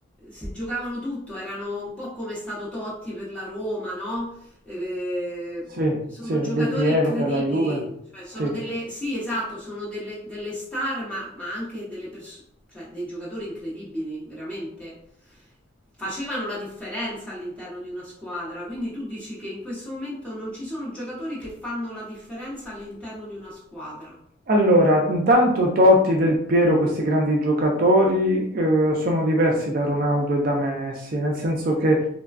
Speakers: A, in the centre; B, on the right.
A: se giocavano tutto erano un po' come è stato Totti per la Roma, no? Eh,
B: Sì,
A: sono
B: sì,
A: giocatori
B: Del Piero
A: incredibili,
B: per la Juve.
A: cioè sono
B: Sì.
A: delle, sì, esatto, sono delle, delle star, ma, ma anche delle pers- cioè dei giocatori incredibili, veramente. Facevano la differenza all'interno di una squadra, quindi tu dici che in questo momento non ci sono giocatori che fanno la differenza all'interno di una squadra.
B: Allora, intanto Totti, Del Piero, questi grandi giocatori, eh, sono diversi da Ronaldo e da Messi, nel senso che